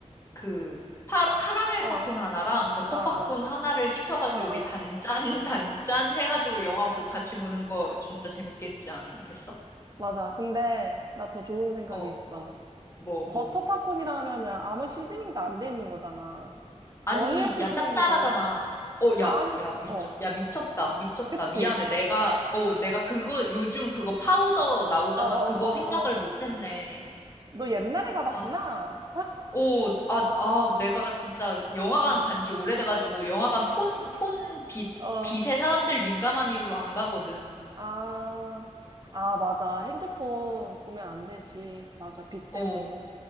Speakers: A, on the left (about 20°); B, on the right (about 35°).
A: 그, 파, 카라멜
B: 어,
A: 팝콘 하나랑 버터
B: 어, 어,
A: 팝콘 하나를 시켜가지고
B: 어, 어.
A: 우리 단짠, <laughs> 단짠
B: 어,
A: 해가지고 영화 보, 같이 보는 거 진짜 재밌겠지 않겠어?
B: 맞아. 근데 나 더 좋은 생각이
A: 어,
B: 있어.
A: 뭐,
B: 버터
A: 뭐.
B: 팝콘이라 하면은 아무 시즈닝도 안 돼 있는 거잖아.
A: 아니,
B: 어니언 시즈닝
A: 야, 짭짤하잖아.
B: 해줘.
A: 어,
B: 아니,
A: 야, 야, 미쳐,
B: 어,
A: 야, 미쳤다, 미쳤다.
B: 그치.
A: 미안해. 내가, 어, 내가 그거, 요즘 그거 파우더 나오잖아.
B: 어, 어,
A: 그거 생각을
B: 어, 어.
A: 못했네.
B: 너 옛날에 가봤구나.
A: 아. 오, 아, 아, 내가 진짜 영화관
B: 응,
A: 간지 오래돼가지고 영화관 폰, 폰 빛,
B: 어,
A: 빛에 사람들 민감한 이유로 안 가거든.
B: 아, 아, 맞아. 핸드폰 보면 안 되지. 맞아. 빛 때문에.
A: 어,